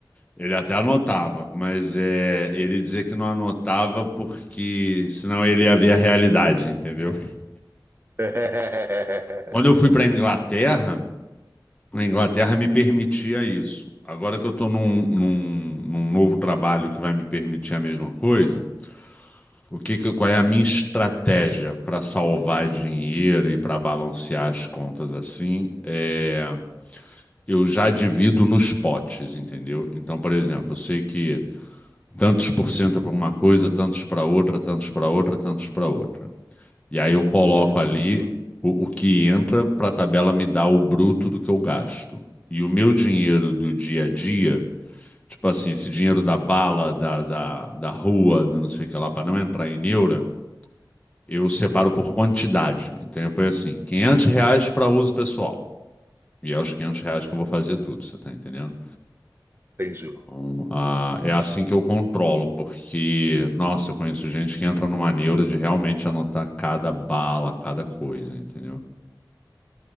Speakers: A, on the left; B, on the right.
A: Ele até anotava, mas é, ele dizia que não anotava porque senão ele ia ver a realidade, entendeu?
B: <laughs>
A: <laughs> Quando eu fui para a Inglaterra, a Inglaterra me permitia isso. Agora que eu estou num, num- num novo trabalho que vai me permitir a mesma coisa, o que que- qual é a minha estratégia para salvar dinheiro e para balancear as contas assim? É, eu já divido nos potes, entendeu? Então, por exemplo, eu sei que tantos por cento para uma coisa, tantos para outra, tantos para outra, tantos para outra. E aí eu coloco
B: Uhum,
A: ali
B: uhum.
A: o, o que entra para a tabela me dar o bruto do que eu gasto. E o meu dinheiro do dia a dia, tipo assim, esse dinheiro da bala, da, da, da rua, do não sei o que lá, para não entrar em neura, eu separo por quantidade. Então eu ponho assim, 500 reais para uso pessoal. E é os 500 reais que eu vou fazer tudo, você tá entendendo?
B: Entendi.
A: Então, ah, é assim que eu controlo, porque, nossa, eu conheço gente que entra numa neura de realmente anotar cada bala, cada coisa, entendeu?